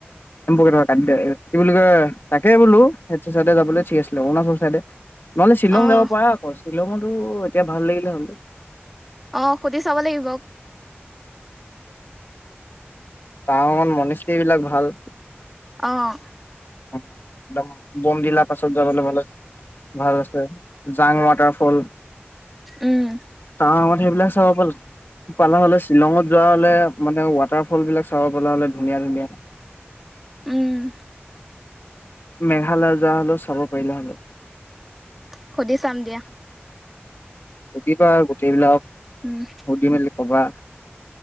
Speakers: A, on the left (about 55°); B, in the centre.
A: প ক অহ টানি দে কি বুলি কয় তাকে বোলো স চাইডে যাবলৈ চিক আছিলে অৰুণাচল চাইডে। নহ'লে শ্বিলং
B: অ',
A: যাব পাৰা আকৌ শ্বিলঙতো এতিয়া ভাল লাগিলে হল।
B: অ সুধি চাব লাগিব।
A: তাৰ মনিস্ৰীবিলাক ভাল।
B: অহ
A: একদম বমদিলা পাছত যাবলৈ হ'লে ভাল ৰাস্তাই জাং ৱাটাৰ ফল
B: উম,
A: টাৱৰঙত সেইবিলাক চাব পালো। পালাং হ'লে শ্বিলঙত যোৱা হ'লে মানে ৱাটাৰ ফল বিলাক চাব পালো হ'লে ধুনীয়া ধুনীয়া। <inaudible>
B: উম।
A: মেঘালয় যোৱা হ'লেও চাব পাৰিলে হ'লেও।
B: সুধি চাম দিয়া।
A: সুধিবা গোটেইবিলাক
B: উম,
A: সুধি মেলি, ক'বা